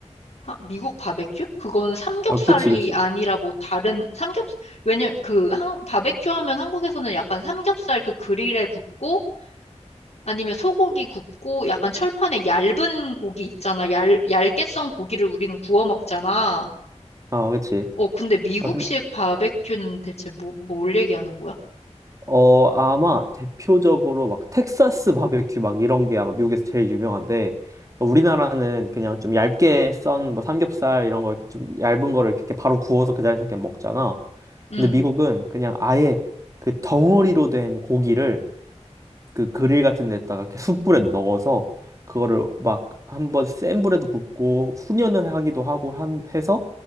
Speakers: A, on the left; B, on the right.
A: 아, 미국 바베큐? 그건 삼겹살이
B: 아 그치 그치
A: 아니라 뭐 다른 삼겹 왜냐면 그 한, 바베큐 하면 한국에서는 약간 삼겹살 그 그릴에 굽고 아니면 소고기 굽고 약간 철판에 얇은 고기 있잖아. 얇, 얇게 썬 고기를 우리는 구워 먹잖아.
B: 아 그치
A: 어, 근데 미국식
B: 아, 근
A: 바베큐는 대체 뭐, 뭘 얘기하는 거야?
B: 어, 아마 대표적으로 막 텍사스 바베큐 막 이런 게 아마 미국에서 제일 유명한데 어, 우리나라는 그냥 좀 얇게 썬뭐 삼겹살 이런 거 이렇게 좀 얇은 거를 이렇게 바로 구워서 그 자리에서 그냥 먹잖아.
A: 응.
B: 근데 미국은 그냥 아예 그 덩어리로 된 고기를 그 그릴 같은 데다가 이렇게 숯불에 넣어서 그거를 막 한번 센 불에도 굽고 훈연을 하기도 하고 한 해서